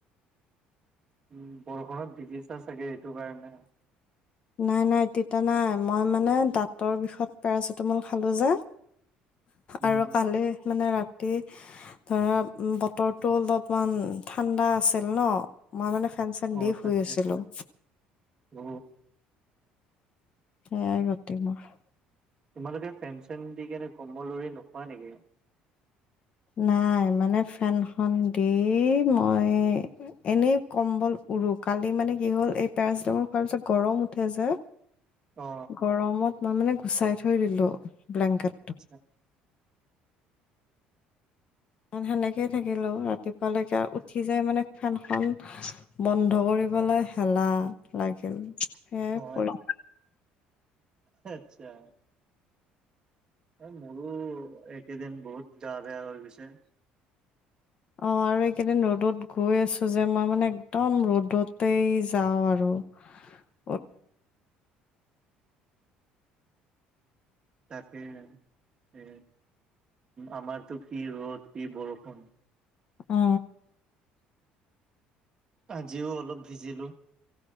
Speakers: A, on the right; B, on the left.
A: উম বৰষুণত ভিজিছা চাগে সেইটো কাৰণে
B: নাই নাই তিটা নাই মই মানে দাঁতৰ বিষত পেৰাচিটামল খালো যে
A: উম
B: আৰু
A: উম
B: কালি মানে ৰাতি ধৰা বতৰটো অলপমান ঠাণ্ডা আছিল ন মই মানে ফেন
A: অ
B: দি
A: তাকে
B: শুই আছিলো।
A: উ
B: সেয়াই গতি মোৰ।
A: তোমালোকে ফেন চেন দি কেনে কম্বল লৈ নোহোৱা নেকি?
B: নাই মানে ফেনখন দি মই এনেই কম্বল উৰু কালি মানে কি হ'ল এই পেৰাচিটামল খোৱাৰ পিছত গৰম উঠে যে
A: অ
B: গৰমত মই মানে গুচাই থৈ দিলো ব্লেংকেট
A: আচ্ছা
B: সেনেকেই থাকিলো ৰাতিপুৱালৈকে উঠি যাই মানে ফেনখন বন্ধ কৰিবলৈ হেলাহ লাগিল। সেয়াই
A: অ
B: পৰি
A: আচ্ছা এই মোৰো এইকেইদিন বহুত গা বেয়া হৈ গৈছে।
B: অ আৰু এইকেইদিন ৰ'দত গৈ আছো যে মই মানে একদম ৰ'দতেই যাওঁ আৰু <unintelligible>
A: ওম তাকে, এ আমাৰতো কি ৰ'দ কি বৰষুণ।
B: অ।
A: আজিও অলপ ভিজিলো।